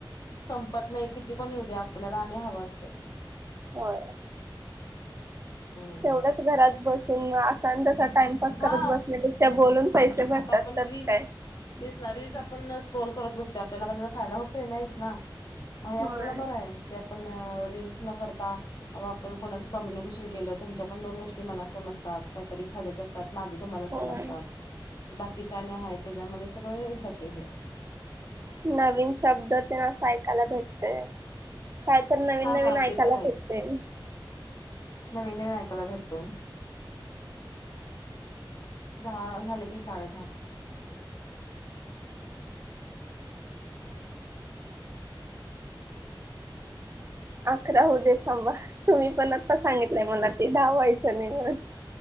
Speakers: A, on the left; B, on the right.
A: संपत नाही किती पण येऊ दे, आपल्याला आणि हवं असतं.
B: होय
A: हम्म.
B: तेवढंच घरात बसून, असा न तसा टाइमपास करत
A: हा
B: बसण्यापेक्षा बोलून पैसे भरतात
A: आता आपण
B: तर
A: रील्स
B: काय.
A: तेच ना रीलस आपण स्क्रोल करत बसतोय आपल्याला काय त्याचा फायदा होतोय, नाहीच ना, म हे आपल्याला
B: होय.
A: बरं आहे, की आपण रीलस न करता अ आपण कोणाशी कम्युनिकेशन केलं, तुमच्या पण दोन गोष्टी मला समजतात, काहीतरी फायद्याच्या असतात. माझे तुम्हाला
B: होय
A: समजतात, बाकीच्या आणि आहेत, त्याच्यामध्ये सगळं होत जातय हे
B: नवीन शब्द तन असं ऐकायला भेटतय काय तर नवीन
A: हा
B: नवीन
A: हा
B: ऐकायला
A: ते तर आहेच.
B: भेटतय
A: नवीन नवीन आयकायला भेटतय दहा झाले की साडे दहा
B: अकरा होऊ दे थांबा तुम्ही पण आता सांगितलंय मला ते दहा व्हायचं नाही म्हणून